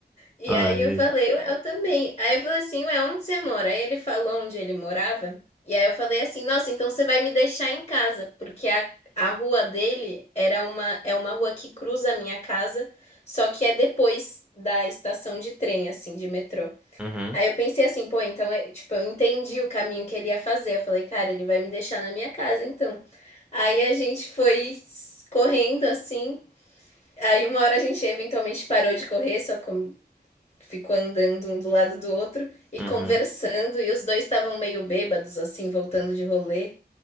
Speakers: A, on the left; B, in the centre.
A: E
B: Ah,
A: aí
B: e
A: eu
B: aí?
A: falei, "Ué, eu também. Aí eu falei assim, ué, onde você mora? Aí ele falou onde ele morava. E aí eu falei assim, nossa, então você vai me deixar em casa, porque a, a rua dele era uma, é uma rua que cruza a minha casa, só que é depois da estação de trem, assim, de metrô.
B: Uhum,
A: Aí eu pensei assim, pô, então, é- tipo, eu entendi o caminho que ele ia fazer. Eu falei, cara, ele vai me deixar na minha casa, então. Aí a gente foi correndo assim. Aí uma hora a gente eventualmente parou de correr, só ficou andando um do lado do outro e
B: uhum,
A: conversando, e os dois estavam meio bêbados, assim, voltando de rolê.